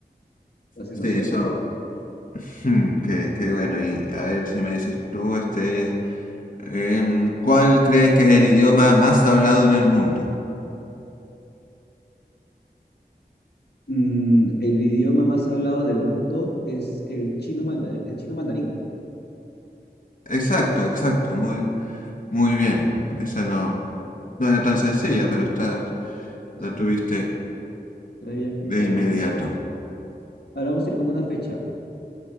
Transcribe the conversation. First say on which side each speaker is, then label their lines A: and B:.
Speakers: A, on the left; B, on the left.
A: estás en
B: Sí,
A: lo cierto.
B: eso. <laughs> hmm, Qué, qué bueno. Y a ver si me dices tú, este, Em, ¿cuál crees que es el idioma más hablado en el mundo?
A: Mm, el idioma más hablado del mundo es el chino mandarín, el chino mandarín.
B: Exacto, exacto, muy, muy bien. Esa no, no era tan sencilla, pero está,
A: Sí,
B: la
A: sí,
B: tuviste
A: ya lo había escuchado
B: de inmediato.
A: un poquito antes. Ahora vamos a ir con una fecha,